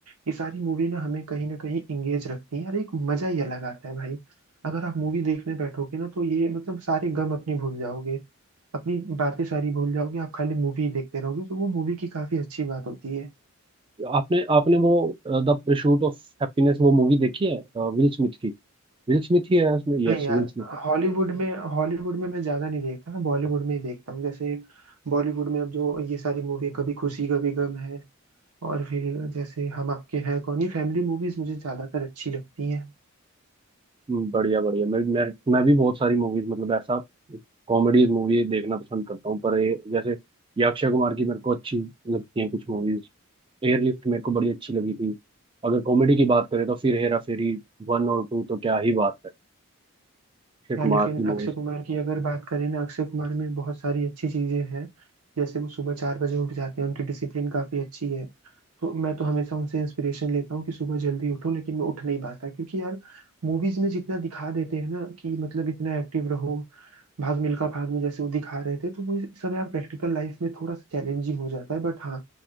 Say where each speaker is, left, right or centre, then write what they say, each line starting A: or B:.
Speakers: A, on the right (about 80°); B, on the right (about 20°).
A: ये सारी मूवी ना हमें कहीं ना कहीं इंगेज रखती है यार एक मजा ही अलग आता है भाई अगर आप मूवी देखने बैठोगे ना तो ये मतलब सारे गम अपने भूल जाओगे अपनी बातें सारी भूल जाओगे आप खाली मूवी देखते रहोगे तो वो मूवी की काफी अच्छी बात होती है
B: आपने आपने वो द परसूट ऑफ हैप्पीनेस वो मूवी देखी है विल स्मिथ की विल स्मिथ ही है उसमें यस
A: नहीं यार
B: विल
A: हॉलीवुड में हॉलीवुड में मैं ज्यादा नहीं देखता मैं बॉलीवुड में ही देखता हूँ जैसे बॉलीवुड में अब जो ये सारी मूवी कभी खुशी कभी गम है और फिर जैसे हम आपके हैं कौन ये फैमिली मूवीज मुझे ज्यादातर अच्छी लगती हैं
B: हम्म, बढ़िया बढ़िया मैं मैं मैं भी बहुत सारी मूवीज मतलब ऐसा कॉमेडी मूवी देखना पसंद करता हूँ पर ये जैसे ये अक्षय कुमार की मेरे को अच्छी लगती हैं कुछ मूवीज एयरलिफ्ट मेरे को बड़ी अच्छी लगी थी अगर कॉमेडी की बात करें तो फिर हेरा फेरी वन और टू तो क्या ही बात है अक्षय
A: यार
B: कुमार
A: लेकिन
B: की
A: अक्षय
B: मूवीज
A: कुमार की अगर बात करें ना अक्षय कुमार में बहुत सारी अच्छी चीजें हैं जैसे वो सुबह चार बजे उठ जाते हैं उनकी डिसिप्लिन काफी अच्छी है तो मैं तो हमेशा उनसे इंस्पिरेशन लेता हूँ कि सुबह जल्दी उठो लेकिन मैं उठ नहीं पाता क्योंकि यार मूवीज में जितना दिखा देते हैं ना कि मतलब इतना एक्टिव रहो भाग मिल्खा भाग में जैसे वो दिखा रहे थे तो वो सब यार प्रैक्टिकल लाइफ में थोड़ा सा चैलेंजिंग हो जाता है बट हाँ